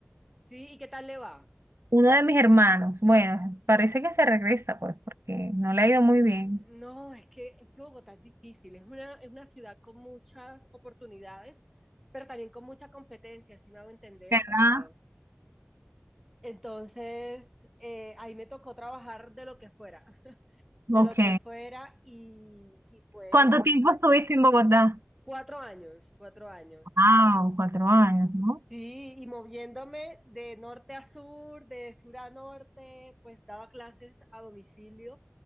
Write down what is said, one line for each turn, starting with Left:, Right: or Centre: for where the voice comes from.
Centre: Sí, ¿y qué tal le va?
Right: Uno de mis hermanos. Bueno, parece que se regresa, pues, porque no le ha ido muy bien.
Centre: No, es que, es que Bogotá es difícil, es una, es una ciudad con muchas oportunidades, pero también con mucha competencia, si me hago entender,
Right: ¿Verdad?
Centre: o sea, entonces eh, ahí me tocó trabajar de lo que fuera, de
Right: Ok.
Centre: lo que fuera y, y pues
Right: ¿Cuánto tiempo estuviste en Bogotá?
Centre: cuatro años, cuatro años.
Right: Ah, cuatro años, ¿no?
Centre: Sí, y moviéndome de norte a sur, de sur a norte, pues daba clases a domicilio.